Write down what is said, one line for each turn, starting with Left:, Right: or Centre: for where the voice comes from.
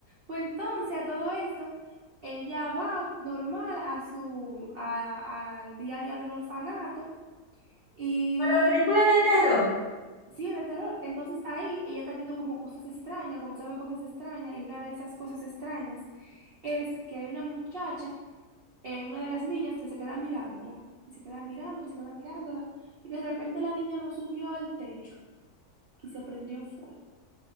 Right: Pues entonces a todo esto, ella va normal a su, a- al día a día del orfanato y
Left: Para películas de terror,
Right: sí, es de terror. Entonces ahí ella está viendo como cosas extrañas, como sabe cosas extrañas y una de esas cosas extrañas es que hay una muchacha, eh, una de las niñas que se queda mirándola. Y se queda mirándola, y se queda mirándola. Y de repente la niña no subió al techo y se prendió en fuego.